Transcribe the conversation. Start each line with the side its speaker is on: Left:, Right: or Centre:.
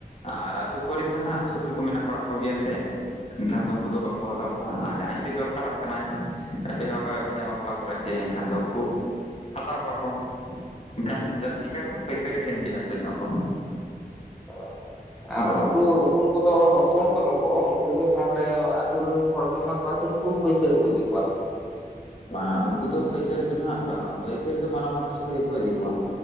Left: ᱟᱨ ᱟᱹᱛᱩ ᱠᱚᱨᱮᱱ ᱫᱚ ᱦᱟᱸᱜ ᱥᱩᱠᱨᱤ ᱠᱚ ᱢᱮᱱᱟᱜ ᱵᱟᱲᱟᱜ ᱠᱚᱜᱮᱭᱟ ᱥᱮ, ᱮᱱᱠᱷᱟᱱ ᱫᱚ ᱩᱱᱠᱩ ᱫᱚ ᱵᱟᱠᱚ ᱦᱟᱛᱟᱣ ᱠᱚᱣᱟ ᱟᱨ ᱡᱟᱦᱟᱸᱭ ᱡᱩᱫᱤ ᱫᱚᱨᱠᱟᱨᱟᱜ ᱠᱟᱱᱟᱭᱼᱼ ᱵᱮᱦᱟ ᱵᱟᱯᱞᱟ ᱵᱮᱦᱟ ᱵᱟᱯᱞᱟ ᱠᱚᱨᱮᱜ ᱜᱮ ᱮᱱᱠᱷᱟᱱ ᱫᱚ ᱩᱱᱠᱩ ᱦᱟᱛᱟᱣ ᱠᱚᱣᱟ ᱠᱚ᱾ ᱮᱱᱠᱷᱟᱱ ᱡᱟᱹᱥᱛᱤ ᱠᱟᱨ ᱫᱚ ᱯᱟᱹᱭᱠᱟᱹᱨᱤ ᱴᱷᱮᱱ ᱜᱮ ᱟᱹᱠᱷᱨᱤᱧᱚᱜ-ᱟ ᱠᱚ᱾
Centre: ᱚ
Left: ᱦᱳᱭ
Centre: ᱟᱨ ᱩᱱᱠᱩ ᱦᱚᱯᱚᱱ ᱠᱚᱫᱚ ᱦᱚᱯᱚᱱ ᱠᱚᱫᱚ ᱠᱚ ᱩᱱᱠᱩ ᱫᱚ ᱛᱟᱦᱚᱞᱮ ᱟᱹᱛᱩ ᱨᱮᱱᱼᱼ ᱦᱚᱲ ᱠᱚ ᱮᱢᱟ ᱠᱚᱣᱟ ᱥᱮ ᱩᱱᱠᱩ ᱦᱚᱸ ᱯᱟᱹᱭᱠᱟᱹᱨ ᱠᱚ ᱤᱫᱤ ᱠᱚᱣᱟ?
Left: ᱵᱟᱝ ᱩᱱᱠᱩ ᱫᱚ ᱯᱟᱹᱭᱠᱟᱹᱨ ᱫᱚ ᱦᱟᱸᱜ ᱵᱟᱝ ᱯᱟᱹᱭᱠᱟᱹᱨ ᱫᱚ ᱢᱟᱨᱟᱝ-ᱢᱟᱨᱟᱝ ᱥᱩᱠᱨᱤ ᱜᱮᱠᱚ ᱤᱫᱤ ᱠᱚᱣᱟ᱾